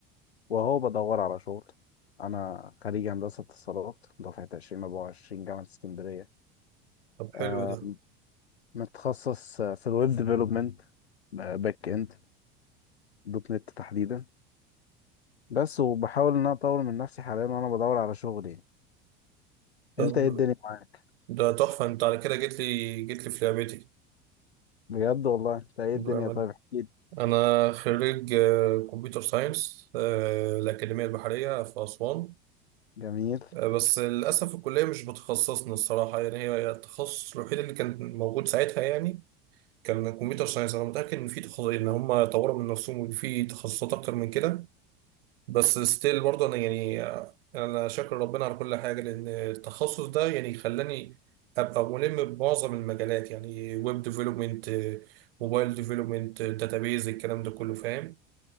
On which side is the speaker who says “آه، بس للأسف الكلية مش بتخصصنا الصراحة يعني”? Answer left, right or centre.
Right